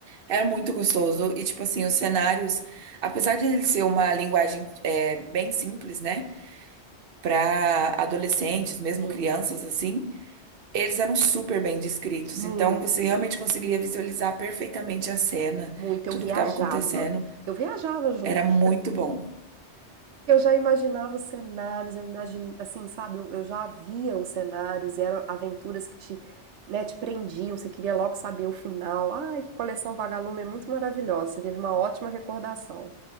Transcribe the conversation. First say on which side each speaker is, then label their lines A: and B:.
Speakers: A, on the right; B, on the right.
A: Era muito gostoso. E, tipo assim, os cenários, apesar de ele ser uma linguagem é, bem simples, né? Pra adolescentes, mesmo
B: Sim,
A: crianças, assim, eles eram super bem descritos. Então,
B: muito,
A: você realmente conseguiria visualizar perfeitamente a cena,
B: muito. Eu
A: tudo
B: viajava.
A: que estava acontecendo.
B: Eu viajava junto.
A: Era muito bom.
B: Eu já imaginava os cenários, eu imagin assim, sabe, eu, eu já via os cenários, eram aventuras que te, né, te prendiam, você queria logo saber o final. Ai, que coleção Vagalume é muito maravilhosa, você teve uma ótima recordação.